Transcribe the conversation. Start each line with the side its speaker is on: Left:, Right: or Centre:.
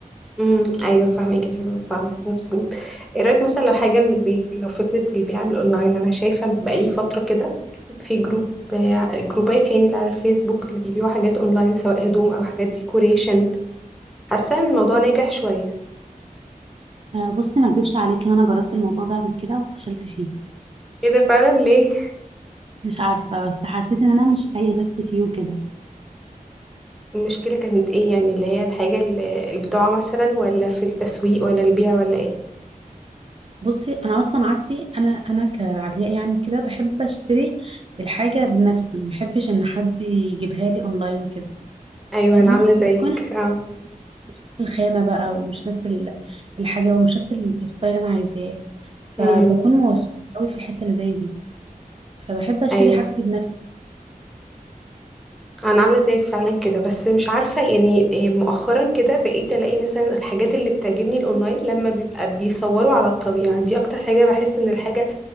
Centre: امم أيوة فاهمك دي فعلا مظبوط ايه رأيك مثلا لو حاجة من البيت لو فكرة البيع من الأونلاين أنا شايفة بقالي فترة كده في جروب جروبات يعني اللي على الفيسبوك اللي بيبيعوا حاجات أونلاين سواء هدوم أو حاجات ديكوريشن حاسة إن الموضوع ناجح شوية
Right: آه، بصي ما اكدبش عليكي ان انا جربت الموضوع ده قبل كده وفشلت فيه
Centre: ايه ده فعلا ليه
Right: مش عارفه بس حسيت ان انا مش لاقيه نفسي فيه وكده
Centre: المشكلة كانت ايه يعني اللي هي الحاجة اللي البضاعة مثلا ولا في التسويق ولا البيع ولا ايه
Right: بصي انا اصلا عادتي انا انا كعلياء يعني وكده بحب اشتري الحاجه بنفسي ما بحبش ان حد يجيبها لي اونلاين وكده
Centre: ايوه
Right: فاهمه
Centre: انا عاملة زيك
Right: بتكون
Centre: اه
Right: مش نفس الخامة بقى ومش نفس ال- الحاجة ومش نفس ال- الستايل اللي أنا عايزاه فبكون
Centre: امم
Right: موسوسة قوي في الحتة اللي زي دي فبحب أشتري
Centre: ايوه
Right: حاجتي بنفسي
Centre: انا عاملة زيك فعلا كده بس مش عارفة يعني إيه، مؤخرا كده بقيت الاقي مثلا الحاجات اللي بتعجبني الاونلاين لما بيبقى بيصوروا على الطبيعة دي اكتر حاجة بحس ان الحاجة